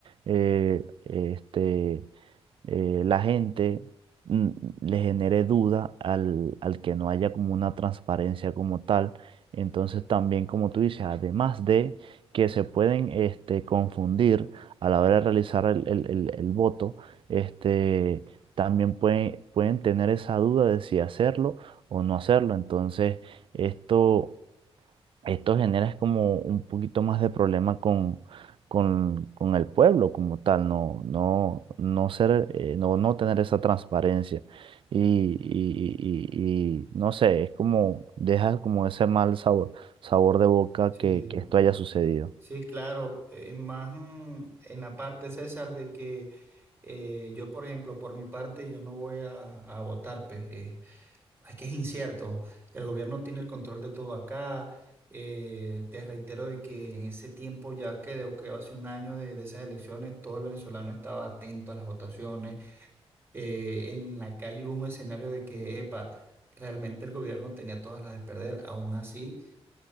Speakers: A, on the right (about 55°); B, on the right (about 20°).
A: eh, este, eh, la gente mm, le genere duda al, al que no haya como una transparencia como tal. Entonces también, como tú dices, además de que se pueden este, confundir a la hora de realizar el, el- el- el voto, este, también pueden, pueden tener esa duda de si hacerlo o no hacerlo. Entonces, esto esto genera es como un poquito más de problema con, con, con el pueblo como tal, no, no, no ser, eh, no, no tener esa transparencia. Y, y- y- y- no sé, es como, deja como ese mal sabor, sabor de boca
B: Sí.
A: que, que esto haya sucedido.
B: Sí, claro, eh, más mm, en la parte, César, de que eh, yo, por ejemplo, por mi parte, yo no voy a, a votar, pues, eh, es que es incierto, el gobierno tiene el control de todo acá, eh, te reitero de que en ese tiempo, ya creo que hace un año de, de esas elecciones, todo el venezolano estaba atento a las votaciones, eh, en la calle hubo un escenario de que, epa, realmente el gobierno tenía todas las de perder, aún así.